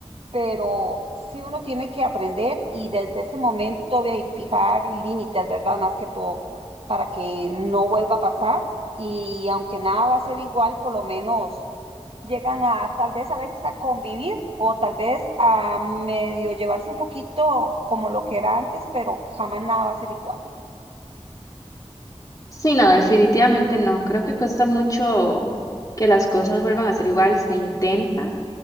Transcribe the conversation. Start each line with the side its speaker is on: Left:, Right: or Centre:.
Right: pero sí uno tiene que aprender y desde ese momento ve, y fijar límites, ¿verdad? Más que todo, para que no vuelva a pasar y aunque nada va a ser igual, por lo menos llegan a tal vez a veces a convivir o tal vez a medio llevarse un poquito como lo que era antes, pero jamás nada va a ser igual.
Left: Sí, no, definitivamente no. Creo que cuesta mucho que las cosas vuelvan a ser igual, se intenta